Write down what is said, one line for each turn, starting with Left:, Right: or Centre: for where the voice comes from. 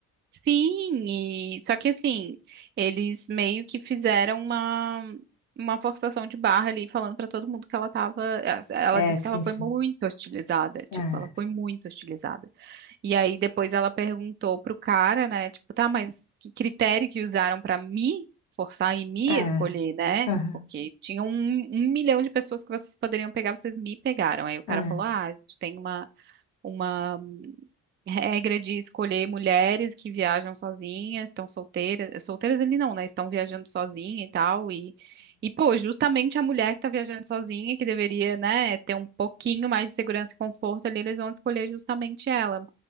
Right: Sim, e só que assim, eles meio que fizeram uma uma forçação de barra ali, falando pra todo mundo que ela tava, ela
Left: É,
Right: disse
Left: sim,
Right: que ela foi
Left: sim.
Right: muito hostilizada,
Left: É,
Right: tipo, ela foi muito hostilizada. E aí depois ela perguntou pro cara, né, tipo, tá, mas que critério que usaram pra me forçar e me
Left: é,
Right: escolher, né?
Left: é,
Right: Porque tinha um, um milhão de pessoas que vocês poderiam pegar, vocês me pegaram. Aí o cara
Left: é,
Right: falou, ah, a gente tem uma uma regra de escolher mulheres que viajam sozinhas, estão solteiras, solteiras ele não, né? Estão viajando sozinha e tal, e, e pô, justamente a mulher que tá viajando sozinha, que deveria, né, ter um pouquinho mais de segurança e conforto ali, eles vão escolher justamente ela.